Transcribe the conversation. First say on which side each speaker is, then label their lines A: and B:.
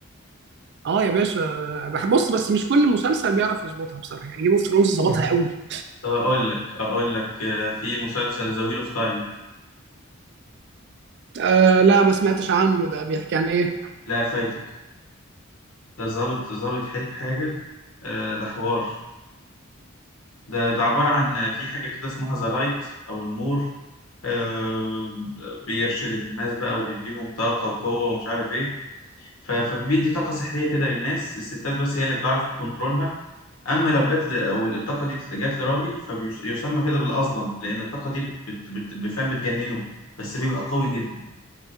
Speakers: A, on the right (about 55°); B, on the left (about 85°).
A: اه يا باشا بحب بص بس مش كل مسلسل بيعرف يظبطها بصراحه يعني جيم اوف ثرونز ظبطها قوي
B: طب اقول لك اقول لك آه، في مسلسل ذا ويل اوف تايم
A: أه لا ما سمعتش عنه ده بيحكي عن ايه
B: لا فايتك ده ظابط ظابط حت- حاجة آه، ده حوار ده ده عبارة عن في حاجة كده اسمها ذا لايت او النور آه، بيرشد الناس بقى وبيديهم طاقة وقوة ومش عارف ايه ف- فبيدي طاقة سحرية كده للناس الستات بس هي اللي بتعرف تكنترولها اما لو جت ل... او الطاقة دي جت لراجل فبيسمى كده بالأظلم لأن الطاقة دي بت... بت... بت... بتفهم بتجننه بس بيبقى قوي جدا